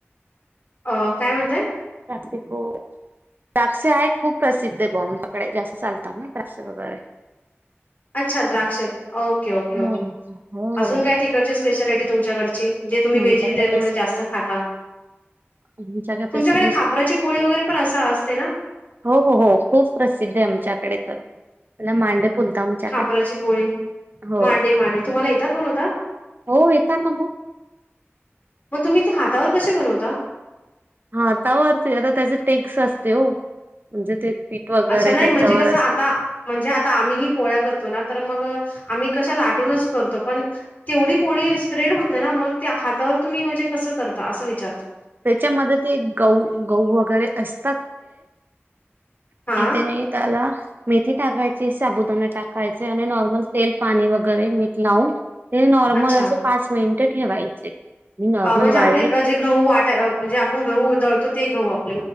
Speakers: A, on the left (about 40°); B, on the right (about 45°).
A: अ काय म्हणताय?
B: खाद्य फूड द्राक्ष आहेत खूप प्रसिद्ध आहे बु आमच्याकडे जास्त चालतात ना द्राक्ष वगैरे.
A: अच्छा द्राक्ष ओके ओके
B: हो
A: ओके
B: हो.
A: अजून काय तिकडची स्पेशालिटी तुमच्याकडची. जे तुम्ही
B: आमच्याकडे
A: व्हेजिटेन
B: पैसे
A: मध्ये जास्त खाता.
B: आमच्याकडे
A: तुमच्याकडे
B: पैसे लिस्ट
A: खापराची पोळी वगैरे पण असा असते ना?
B: हो हो हो खूप प्रसिद्ध आहे आमच्याकडे तर. त्याला मांडे बोलता आमच्याकडे
A: खापराची पोळी,
B: हो.
A: मांडे मांडे तुम्हाला येतात बनवता?
B: हो येेत ना मग.
A: मग तुम्ही ते हातावर कसे बनवता?
B: हा हातावर त्याचे टेक्स असते हो म्हणजे ते, पीठ वगैरे
A: अच्छा नाही
B: त्यांच्यावर
A: म्हणजे कसं
B: असतं.
A: आता म्हणजे आता आम्ही पोळ्या करतो ना तर मग आम्ही कशा लाटूनच करतो पण तेवढी पोळी स्प्रेड होत नाही ना मग त्या हातावर तुम्ही म्हणजे कसं करता असं विचारता.
B: त्याच्यामध्ये ते, गहू - गहू वगैरे अस <unintelligible>
A: हा,
B: मेथी टाकायची. साबुदाना टाकायचे आणि नॉर्मल तेल - पाणी वगैरे मीठ लावून ते नॉर्मल
A: अच्छा.
B: असं, पाच मिनिट ठेवायचे. आणि नॉर्मल
A: म्हणजे,
B: वाळले
A: आपले क जे गहू वाट जे आपण गहू दळतो ते गहू. आप